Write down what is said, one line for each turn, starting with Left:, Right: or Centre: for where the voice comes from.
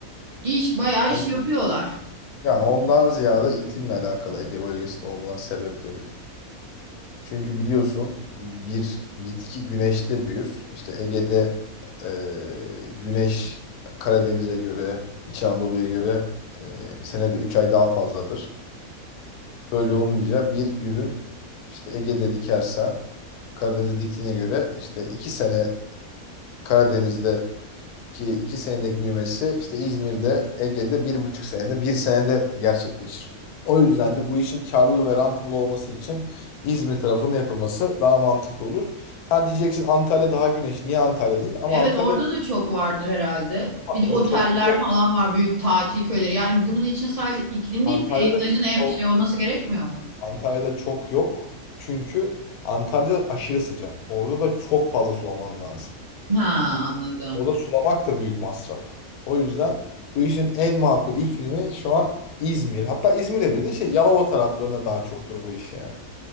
Right: iş bayağı
Left: on-
Right: iş yapıyorlar.
Left: yani ondan ziyade iklimle alakalı Ege bölgesinde olmanın sebepleri. Çünkü biliyorsun bir bitki güneşte büyür. İşte Ege'de e, güneş Karadeniz'e göre, İç Anadolu'ya göre e, senede 3 ay daha fazladır. Böyle olunca bir ürün işte Ege'de dikersen Karadeniz'e diktiğine göre işte 2 sene Karadeniz'deki iki senelik büyümesi işte İzmir'de, Ege'de bir buçuk senede, bir senede gerçekleşir. O yüzden de bu işin karlı ve rentable olması için İzmir tarafında yapılması daha mantıklı olur. Ha diyeceksin Antalya daha güneş. Niye Antalya değil? Ama
Right: Evet
Left: Antalya
Right: orada da çok vardır herhalde.
Left: Ama
Right: Bir de
Left: yok,
Right: oteller
Left: çok yok.
Right: falan var, büyük tatil köyleri. Yani bunun için sadece iklim
Left: Antalya'da
Right: değil, peyzajın ev-
Left: çok
Right: şey olması gerekmiyor mu?
Left: Antalya'da çok yok. Çünkü Antalya aşırı sıcak. Orada da çok fazla sulaman lazım.
Right: Ha anladım.
Left: O da sulamak da büyük masraf. O yüzden bu işin en makul iklimi şu an İzmir. Hatta İzmir'e bile de şey Yalova taraflarına daha çoktur bu iş yani.